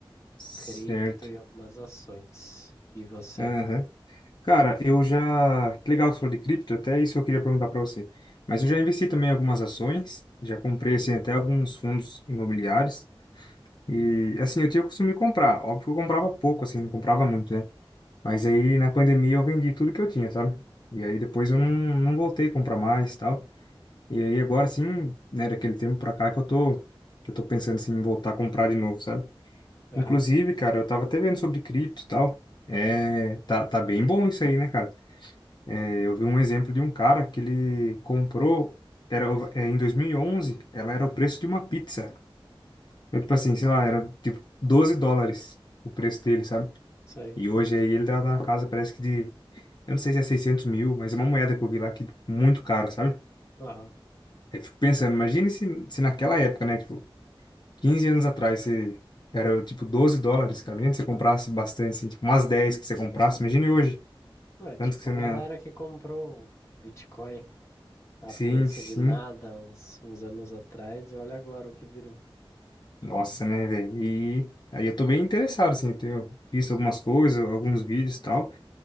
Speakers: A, on the left; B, on the left.
A: Certo.
B: cripto e algumas ações. E você?
A: Aham. Cara, eu já. Que legal que você falou de cripto, até isso eu queria perguntar pra você. Mas eu já investi também em algumas ações, já comprei assim, até alguns fundos imobiliários. E assim, eu tinha o costume de comprar. Óbvio que eu comprava pouco, assim, não comprava muito, né? Mas aí na pandemia eu vendi tudo que eu tinha, sabe? E aí depois eu
B: É,
A: não, não voltei a comprar mais e tal. E aí agora sim, né, daquele tempo pra cá que eu tô, que eu tô pensando assim, em voltar a comprar de novo, sabe?
B: aham,
A: Inclusive, cara, eu tava até vendo sobre cripto e tal. É, tá, tá bem bom isso aí, né, cara? É, eu vi um exemplo de um cara que ele comprou, era, o- é, em 2011, ela era o preço de uma pizza. Eu, tipo assim, sei lá, era tipo 12 dólares o preço dele, sabe?
B: isso aí.
A: E hoje aí ele tá na casa, parece que de. Eu não sei se é seiscentos mil, mas é uma moeda que eu vi lá que tipo, muito cara, sabe?
B: Aham.
A: Aí eu fico pensando, imagine se, se naquela época, né? Tipo, 15 anos atrás, você era tipo 12 dólares, cara. Imagina se você comprasse bastante, assim, tipo umas 10 que você comprasse. Imagine hoje.
B: É, tipo
A: Quanto que você
B: a
A: não
B: galera
A: ia.
B: que comprou Bitcoin a
A: Sim,
B: preço
A: sim.
B: de nada uns, uns anos atrás e olha agora o que virou.
A: Nossa, né, velho? E aí eu tô bem interessado, assim, tenho visto algumas coisas, alguns vídeos e tal.